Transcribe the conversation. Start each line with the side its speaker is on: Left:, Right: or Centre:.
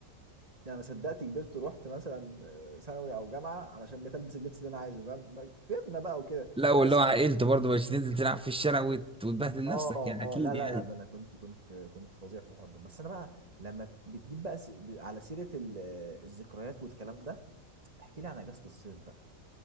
Right: يعني ما صدقت كبرت ورحت مثلا آه، ثانوي او جامعه علشان بقيت البس اللبس اللي انا عايزه فاهم بقى كبرنا بقى وكده
Centre: لا واللي
Right: بس
Centre: هو عائلته
Right: لما-
Centre: برضه مش تنزل تلعب في الشارع وت- وتبهدل
Right: اه
Centre: نفسك يعني
Right: اه
Centre: اكيد
Right: لا
Centre: يعني
Right: لا لا ده انا كنت كنت كنت فظيع في الحوار ده بس انا بقى لما بتجيب بقى س- على سيره ال- الذكريات والكلام ده احكي لي عن اجازة الصيف بقى